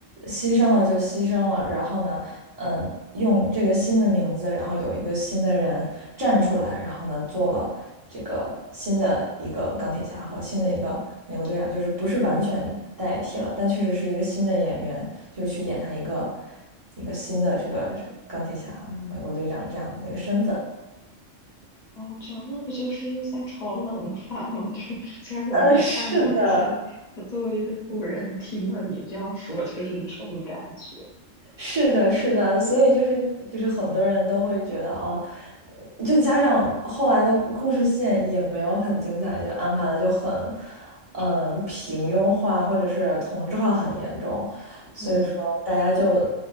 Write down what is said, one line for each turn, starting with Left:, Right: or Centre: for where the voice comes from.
Right: 牺牲了就牺牲了，然后呢，嗯，用这个新的名字，然后有一个新的人站出来，然后呢，做了这个新的一个钢铁侠和新的一个美国队长，就是不是完全代替了，但确实是一个新的演员，就是去演他一个一个新的这个钢铁侠、美国队长这样子的一个身份。
Left: 哦，这样那不就是又在炒冷饭吗？<laughs> 就是虽然我没看过，
Right: 嗯，是的，
Left: 但是我作为一个路人听了你这样说，就是这种感觉。
Right: 是的，是的，所以就是就是很多人都会觉得哦，就加上后来的故事线也没有很精彩，就安排的就很，嗯，平庸化或者是同质化很严重，所以说大家就
Left: 嗯，